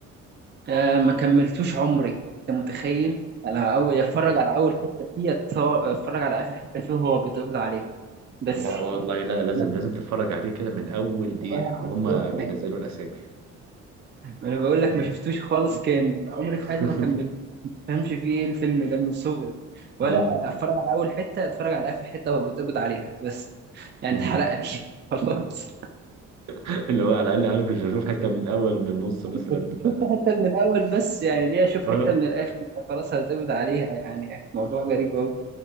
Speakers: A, on the right; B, on the right.
A: آه ما كملتوش عمري انت متخيل انا اول اتفرج
B: لا
A: على اول حته فيه أتصور- اتفرج على اخر حته فيه وهو بيتقبض عليها بس
B: لا والله لا لازم
A: ما
B: لازم
A: فيش
B: تتفرج عليه كده من اول دقيقة
A: ولا
B: وهم
A: عارف اي
B: بينزلوا
A: حاجه
B: الاسامي
A: انا بقول لك
B: مم.
A: ما شفتوش خالص كامل عمري
B: <laughs>
A: في حياتي ما كملت ما فهمش فيه ايه الفيلم ده من صغري ولا
B: اه
A: اتفرج على اول حته اتفرج على اخر حته وهو بيتقبض عليها بس يعني
B: مم.
A: اتحرق لي <laughs> خلاص
B: اللي هو على الاقل عارف مش هشوف حتة من الاول ومن النص مثلا
A: كنت
B: ف
A: شفت حتة من الأول بس يعني ليه أشوف
B: آه.
A: حتة من الآخر خلاص هتقبض عليها يعني موضوع غريب أوي